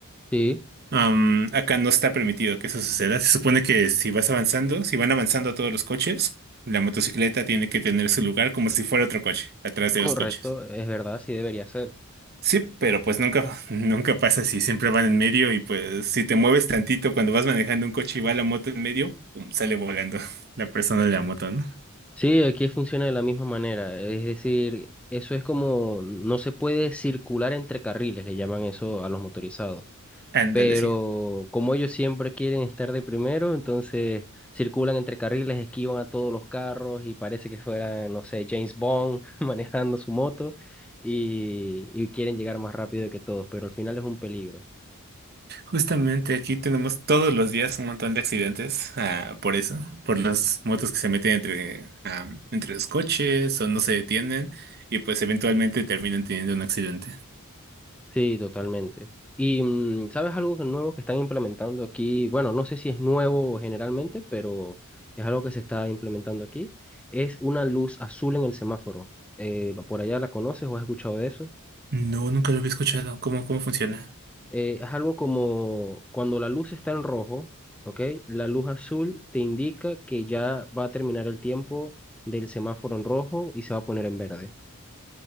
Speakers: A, in the centre; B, on the right.
A: Sí,
B: Am, acá no está permitido que eso suceda. Se supone que si vas avanzando, si van avanzando todos los coches, la motocicleta tiene que tener su lugar como si fuera otro coche, atrás de
A: correcto,
B: los coches.
A: es verdad, sí debería ser.
B: Sí, pero pues nunca, <laughs> nunca pasa así, siempre van en medio y pues si te mueves tantito cuando vas manejando un coche y va la moto en medio, pum, sale volando <laughs> la persona de la moto, ¿no?
A: Sí, aquí funciona de la misma manera. Es decir, eso es como, no se puede circular entre carriles, le llaman eso a los motorizados.
B: Ándale,
A: Pero
B: sí.
A: como ellos siempre quieren estar de primero, entonces circulan entre carriles, esquivan a todos los carros y parece que fuera, no sé, James Bond <laughs> manejando su moto y, y quieren llegar más rápido que todos, pero al final es un peligro.
B: Justamente aquí tenemos todos los días un montón de accidentes, ah, por eso, por las motos que se meten entre, ah, entre los coches o no se detienen y pues eventualmente terminan teniendo un accidente.
A: Sí, totalmente. Y mm, ¿sabes algo que- nuevo que están implementando aquí? Bueno, no sé si es nuevo generalmente, pero es algo que se está implementando aquí. Es una luz azul en el semáforo. Eh, ¿por allá la conoces o has escuchado de eso?
B: No, nunca lo había escuchado. ¿Cómo, cómo funciona?
A: Eh, es algo como cuando la luz está en rojo, ¿ok? La luz azul te indica que ya va a terminar el tiempo del semáforo en rojo y se va a poner en verde.